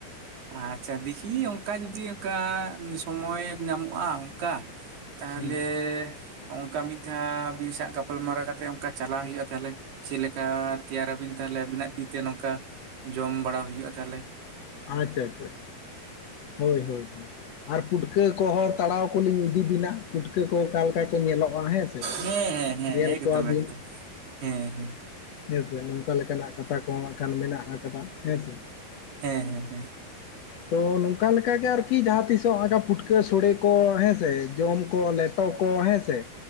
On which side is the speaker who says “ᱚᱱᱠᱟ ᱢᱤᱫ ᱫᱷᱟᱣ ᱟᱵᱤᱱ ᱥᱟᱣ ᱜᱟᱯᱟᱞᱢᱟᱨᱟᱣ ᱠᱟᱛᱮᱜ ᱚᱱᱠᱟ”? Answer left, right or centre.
Right